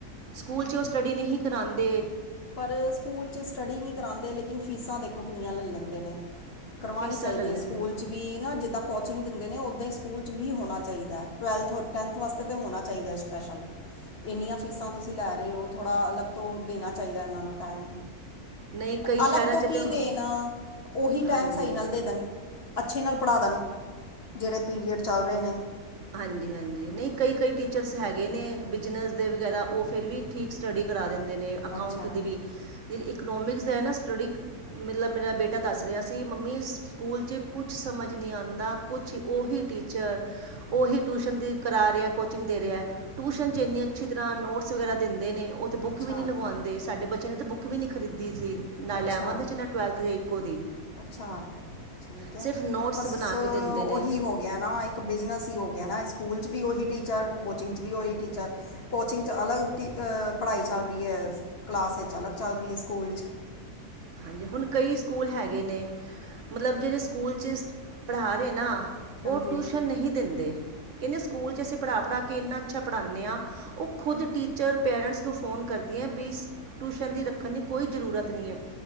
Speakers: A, on the right; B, on the left.
A: ਸਕੂਲ 'ਚ ਉਹ ਸਟੱਡੀ ਨਹੀਂ ਕਰਾਂਦੇ
B: ਪਰ ਸਕੂਲ 'ਚ ਸਟੱਡੀ ਨਹੀਂ ਕਰਾਂਦੇ ਲੇਕਿਨ ਫੀਸਾਂ ਦੇਖੋ ਕਿੰਨੀਆਂ ਲੈ ਲੈਂਦੇ ਨੇ ਕਰਵਾਉਣੀ
A: ਫੀਸਾਂ
B: ਚਾਹੀਦੀ
A: ਲੈ ਲੈਂਦੇ
B: ਏ ਸਕੂਲ
A: ਆ
B: 'ਚ ਵੀ ਨਾ ਜਿੱਦਾਂ ਕੋਚਿੰਗ ਦਿੰਦੇ ਨੇ ਉਹਦਾਂ ਹੀ ਸਕੂਲ 'ਚ ਵੀ ਹੋਣਾ ਚਾਹੀਦਾ ਟਵੈਲਥ ਔਰ ਟੈਂਨਥ ਟੈਂਨਥ ਵਾਸਤੇ ਤੇ ਹੋਣਾ ਚਾਹੀਦਾ ਸਪੈਸ਼ਲ, ਇੰਨੀਆਂ ਫੀਸਾਂ ਤੁਸੀਂ ਲੈ ਰਹੇ ਹੋ ਥੋੜਾ ਅਲੱਗ ਤੋਂ ਦੇਣਾ ਚਾਹੀਦਾ ਇਹਨਾਂ ਨੂੰ ਟੈਮ
A: ਨਹੀਂ ਕਈ ਸ਼ਹਿਰਾਂ
B: ਅਲੱਗ ਤੋਂ
A: 'ਚ
B: ਕੀ
A: ਤਾਂ
B: ਦੇਣਾ, ਉਹੀ ਟੈਮ
A: ਹਾਂਜੀ
B: ਸਹੀ ਨਾਲ ਦੇ ਦੇਣ ਅੱਛੇ ਨਾਲ ਪੜ੍ਹਾਦਣ, ਜਿਹੜੇ ਪੀਰੀਅਡ ਚੱਲ ਰਹੇ ਨੇ
A: ਹਾਂਜੀ- ਹਾਂਜੀ, ਨਹੀਂ ਕਈ ਕਈ ਟੀਚਰਸ ਹੈਗੇ ਨੇ ਬਿਜਨਸ ਦੇ ਵਗੈਰਾ ਉਹ ਫੇਰ ਵੀ ਠੀਕ ਸਟੱਡੀ ਕਰਾ ਦਿੰਦੇ ਨੇ ਅਕਾਊਂਟ
B: ਅੱਛਾ
A: ਦੀ ਵੀ, ਜਿਹੜੀ ਇਕੋਨੋਮਿਕਸ ਦਾ ਹੈ ਨਾ ਸਟੱਡੀ ਮਤ ਮੇਰਾ ਬੇਟਾ ਦੱਸ ਰਿਹਾ ਸੀ ਮੰਮੀ ਸਕੂਲ 'ਚ ਕੁਛ ਸਮਝ ਨਹੀਂ ਆਂਦਾ ਕੁਛ ਉਹੀ ਟੀਚਰ ਉਹੀ ਟਿਊਸ਼ਨ ਦੀ ਕਰਾ ਰਿਹਾ ਕੋਚਿੰਗ ਦੇ ਰਿਹਾ, ਟਿਊਸ਼ਨ 'ਚ ਐਨੀ ਅੱਛੀ ਤਰ੍ਹਾਂ ਨੋਟਸ ਵਗੈਰਾ ਦਿੰਦੇ ਨੇ ਉਹ ਤਾਂ ਬੁੱਕ
B: ਅੱਛਾ
A: ਵੀ ਨਹੀਂ ਲਗਵਾਂਦੇ ਸਾਡੇ ਬੱਚਿਆਂ ਨੇ ਤਾਂ ਬੁੱਕ ਵੀ ਨਹੀਂ ਖਰੀਦੀ ਸੀ। ਨਾ
B: ਅੱਛਾ
A: ਇਲੈਵਨਥ ਚ ਨਾ ਟਵੈਲਥ ਇੱਕੋ ਦੀ।
B: ਅੱਛਾ ਠੀਕ ਐ,
A: ਸਿਰਫ ਨੋਟਸ
B: ਬਸ
A: ਬਣਾ
B: ਓਹੀ
A: ਕੇ ਦਿੰਦੇ ਨੇ
B: ਹੋ ਹੋ ਗਿਆ ਨਾ ਇੱਕ ਬਿਜਨਸ ਈ ਹੋ ਗਿਆ ਨਾ ਸਕੂਲ ਚ ਵੀ ਓਹੀ ਟੀਚਰ ਕੋਚਿੰਗ ਚ ਵੀ ਓਹੀ ਟੀਚਰ। ਕੋਚਿੰਗ ਚ ਅਲੱਗ ਪੜ੍ਹਾਈ ਚੱਲ ਰੀ ਐ ਕਲਾਸ ਚ ਅਲੱਗ ਚੱਲ ਰੀ ਐ ਸਕੂਲ ਚ।
A: ਹਾਂਜੀ ਹੁਣ ਕਈ ਸਕੂਲ ਹੈਗੇ ਨੇ ਮਤਲਬ ਜੇੜੇ ਚ ਸਕੂਲ ਚ ਪੜ੍ਹਾ ਰੇ ਨਾ।
B: ਹਾਂਜੀ
A: ਓ ਟੁਸ਼ਨ ਨਹੀਂ ਦਿੰਦੇ ਕੈਂਦੇ ਸਕੂਲ ਚ ਅਸੀਂ ਪੜ੍ਹਾ-ਪੜ੍ਹਾ ਕੇ ਇੰਨਾ ਅੱਛਾ ਪੜਾਨੇ ਆ ਆਈ ਖੁਦ ਟੀਚਰ ਪੇਰੈਂਟਸ ਨੂੰ ਫ਼ੋਨ ਕਰਦੀ ਐ ਵੀ ਟੁਸ਼ਨ ਦੀ ਰੱਖਣ ਦੀ ਕੋਈ ਜ਼ਰੂਰਤ ਨੀ ਐ।